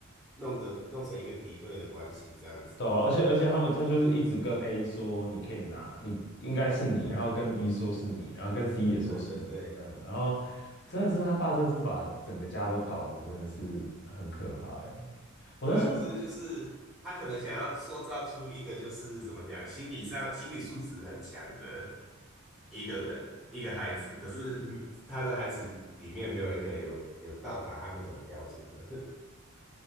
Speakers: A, in the centre; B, on the left.
A: 弄得弄成一个敌对的关系这样子。
B: 对啊，而且而且他们他就是一直跟 A 说你可以拿，你应该是你，然后跟 B 说是你，然后跟 C 也说是你这样，
A: 对对对
B: 然后真的是他爸真的是把整个家都搞得真的是很可怕哎。我那时候
A: 对啊，可是就是他可能想要塑造出一个就是怎么讲，心理上心理素质很强的一个人一个孩子，可是嗯他的孩子里面没有一个有有到达他那种标准的。<laughs>